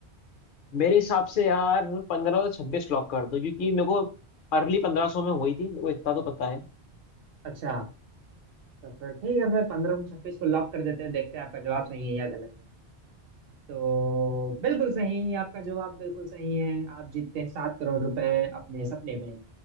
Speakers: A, on the left; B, on the right.
A: मेरे हिसाब से यार पंद्रह तो छब्बीस लॉक कर दो क्योंकि मेरे को अर्ली पंद्रह सौ में हुई थी मेरे को इतना तो पता है
B: अच्छा तो फिर ठीक है फिर पंद्रह सौ छब्बीस को लॉक कर देते हैं देखते हैं आपका जवाब सही है या गलत है तो बिल्कुल सही आपका जवाब बिल्कुल सही है आप जीतते हैं सात करोड़ रुपए अपने सपने पे